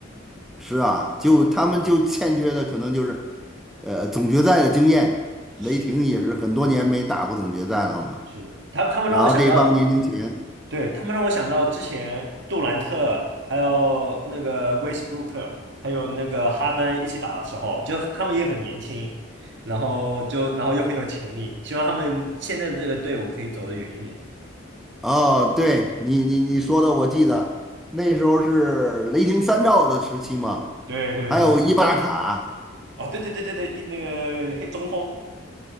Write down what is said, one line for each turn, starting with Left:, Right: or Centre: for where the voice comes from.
Centre: 是啊，就他们就欠缺的可能就是，呃，总决赛的经验。
Right: 是
Centre: 雷霆也是很多年没打过总决赛了嘛。
Right: 是，他他们让我想到，
Centre: 然后这帮年轻人，
Right: 对，他们让我想到之前杜兰特还有那个威斯布鲁克还有那个哈登一起打的时候，就他们也很年轻，然后就然后又很有潜力，希望他们现在的这个队伍可以走得远一点。
Centre: 哦，对你你你说的，我记得那时候是雷霆三兆的时期嘛，
Right: 对对对，
Centre: 还有伊巴卡。
Right: 哦，对对对对对，一那个黑中锋，